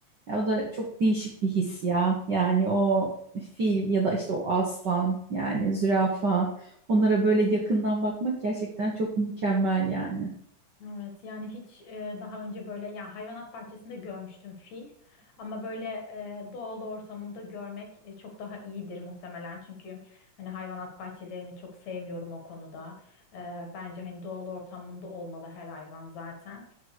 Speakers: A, on the right; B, on the left.
A: E, o da çok değişik bir his ya. Yani o fil ya da işte o aslan yani zürafa onlara böyle yakından bakmak gerçekten çok mükemmel yani.
B: Evet yani hiç e, daha önce böyle yani hayvanat bahçesinde görmüştüm fil ama böyle e, doğal ortamında görmek e, çok daha iyidir muhtemelen çünkü hani hayvanat bahçelerini çok sevmiyorum o konuda. E, bence hani doğal ortamında olmalı her hayvan zaten.